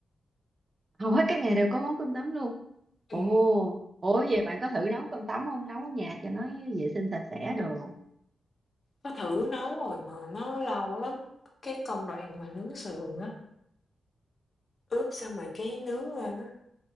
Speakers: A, on the right; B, on the left.
A: Hầu hết các ngày đều có món cơm tấm luôn.
B: Ừm,
A: Ồ, ủa vậy bạn có thử nấu cơm tấm không? Nấu ở nhà cho nó vệ sinh sạch sẽ đồ.
B: nó thử nấu rồi mà nó lâu lắm, cái công đoạn mà nướng sườn á, ướp xong rồi cái nướng lên á.